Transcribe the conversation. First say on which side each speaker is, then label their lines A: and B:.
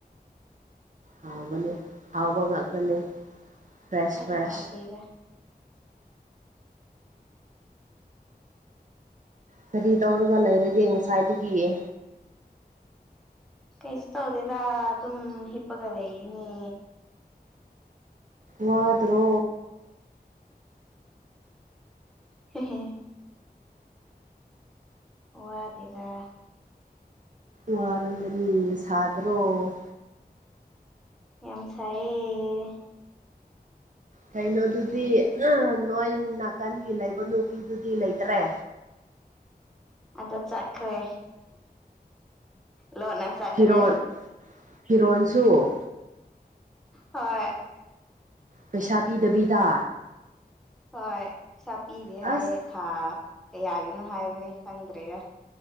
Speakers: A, on the right (about 50°); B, in the centre.
A: ꯍꯥꯎꯒꯅꯦ ꯍꯥꯎꯕꯒꯒꯅꯦ ꯐ꯭ꯔꯦꯁ
B: ꯑꯁ
A: ꯐ꯭ꯔꯦꯁ
B: ꯍꯥꯎꯇꯦꯗ
A: ꯀꯔꯤ ꯇꯧꯔꯒ ꯂꯩꯔꯒꯦ ꯉꯁꯥꯏꯗꯒꯤꯑ
B: ꯀꯩꯁ ꯇꯧꯗꯦꯗ ꯑꯗꯨꯝ ꯍꯤꯄꯒ ꯂꯩꯅꯤ
A: ꯋꯥꯗ꯭ꯔꯣ
B: ꯍ ꯍ ꯋꯥ ꯇꯔ
A: ꯋꯥꯔꯒꯅꯤ ꯁꯥꯗ꯭ꯔꯣ
B: ꯌꯥꯝꯝꯁꯥꯏ
A: ꯀꯩꯅꯣꯗꯨꯗꯤ
B: ꯎꯝ
A: ꯅꯣꯏ ꯅꯥꯀꯟꯒꯤ ꯂꯩꯕ ꯅꯨꯄꯤꯗꯨꯗꯤ ꯂꯩꯇ꯭ꯔꯦ
B: ꯑꯗ ꯆꯈ꯭ꯔꯦ ꯂꯣꯅꯥ ꯆꯈꯔ
A: ꯐꯤꯔꯣꯜ ꯐꯤꯔꯣꯜꯁꯨ
B: ꯍꯣꯏ
A: ꯄꯩꯁꯥ ꯄꯤꯗꯕꯤꯗ
B: ꯍꯣꯏꯩꯁ ꯄꯗꯤꯦ
A: ꯑꯁ
B: ꯍꯥꯏꯌꯦ ꯊꯥ ꯀ ꯌꯥꯒꯤꯅꯣ ꯍꯥꯏꯕꯅꯦ ꯈꯪꯗ꯭ꯔꯦꯗ